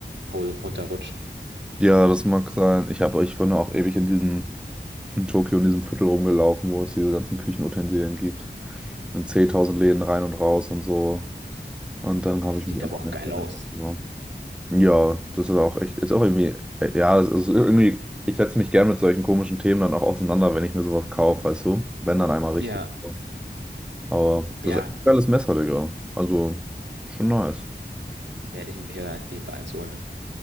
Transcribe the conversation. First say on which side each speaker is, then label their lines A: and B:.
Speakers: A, on the right; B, in the centre.
A: Hole runterrutscht.
B: Ja, das mag sein. Ich habe, ich bin auch ewig in diesem, in Tokio in diesem Viertel rumgelaufen, wo es diese ganzen Küchenutensilien gibt. In 10.000 Läden rein und raus und so. Und dann habe
A: Sieht
B: ich mich immer
A: aber auch
B: nicht
A: geil aus.
B: mehr. Ja, das ist auch echt, ist auch irgendwie, äh, ja, es ist irgendwie, ich setze mich gern mit solchen komischen Themen dann auch auseinander, wenn ich mir sowas kaufe, weißt du? Wenn dann einmal richtig.
A: Ja,
B: so. Aber
A: ja,
B: das ist echt ein geiles Messer, Digga. Also, schon nice.
A: werde ich mir hier auf jeden Fall eins holen.